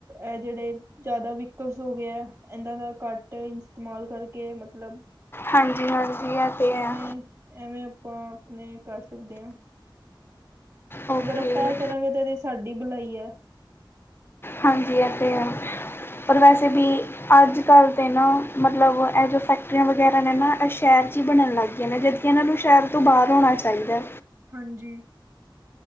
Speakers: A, on the right; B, on the left.
A: ਐ ਜਿਹੜੇ ਜ਼ਾਦਾ ਵਹੀਕਲਸ ਹੋ ਗਏ ਇਹਨਾਂ ਦਾ ਘੱਟ ਇਸੰਤੇਮਾਲ ਕਰਕੇ ਮਤਲਬ
B: ਹਂਜੀ ਹਂਜੀ ਆ ਤੇ
A: ਐਵੇਂ
B: ਆ
A: ਐਵੇਂ ਆਪਾਂ ਆਪਣੇ ਕਰ ਸਕਦੇ ਆ
B: ਓਕੇ
A: ਅਗਰ ਆਪਾਂ ਇਹ ਕਰਾਂਗੇ ਤੇ ਇਹਦੀ ਵਿਚ ਸਾਡੀ ਬਲਾਈ ਐ
B: ਹਂਜੀ ਹਂਜੀ ਆ ਪਰ ਵੈਸੇ ਬੀ ਅੱਜ ਕੱਲ੍ਹ ਤਾਂ ਨਾ ਮਤਲਬ ਇਹ ਜੋ ਫੈਕਟਰੀਆਂ ਵਗੈਰਾ ਨੇ ਨਾ ਇਹ ਸ਼ਹਿਰ 'ਚ ਹੀ ਬਣਨ ਲੱਗ ਗਈਆਂ ਨੇ ਜਿੱ ਕਿ ਇਹਨਾਂ ਨੂੰ ਸ਼ਹਿਰ ਤੋਂ ਬਾਹਰ ਹੋਣਾ ਚਾਹੀਦਾ
A: ਹਾਂਜੀ